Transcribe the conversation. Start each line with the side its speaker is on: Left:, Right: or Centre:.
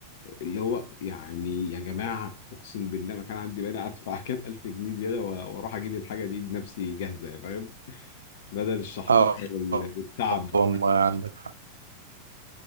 Left: اللي هو يعني يا جماعه اقسم بالله ما كان عندي مانع ادفع <laughs> كام الف جنيه زياده و- واروح اجيب الحاجه دي بنفسي جاهزه فاهم بدل الشحطات
Right: اه
Left: وال-
Right: آه،
Left: والتعب ده.
Right: والله عندك